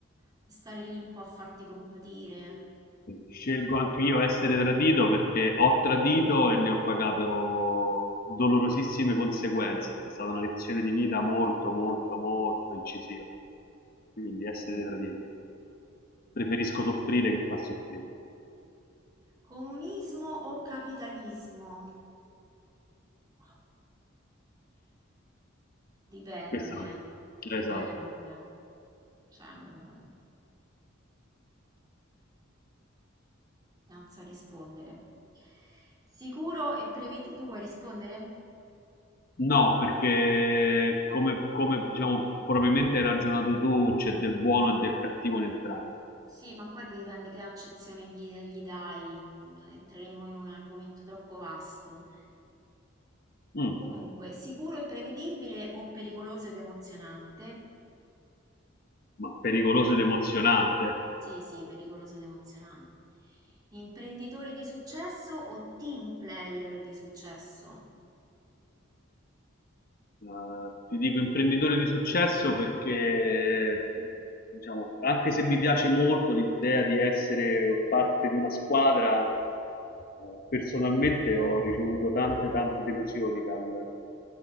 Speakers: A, on the right; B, on the left.
A: puoi stare lì un po' a farti compatire.
B: Scelgo anche io essere tradito perché ho tradito e ne ho pagato dolorosissime conseguenze. È stata una lezione di vita molto, molto, molto incisiva. Quindi essere tradito. Preferisco soffrire che far soffrire.
A: Comunismo o capitalismo? Boh. Dipende,
B: Questo sì.
A: dipende,
B: Esatto.
A: cioè non, non so rispondere. Sicuro e prevedi, tu vuoi rispondere?
B: No, perché come, come, diciamo, probabilmente hai ragionato tu, c'è del buono e del cattivo in entrambi.
A: Sì, ma poi dipende che accezione gli, gli dai, entreremmo in un argomento troppo vasto.
B: Mm,
A: Comunque, sicuro e prevedibile o pericoloso ed emozionante?
B: ma pericoloso ed emozionante.
A: Sì, sì, pericoloso ed emozionante. Imprenditore di successo o team player di successo?
B: Eh, ti dico imprenditore di successo perché, diciamo, anche se mi piace molto l'idea di essere parte di una squadra, eh, personalmente ho ricevuto tante, tante delusioni dal,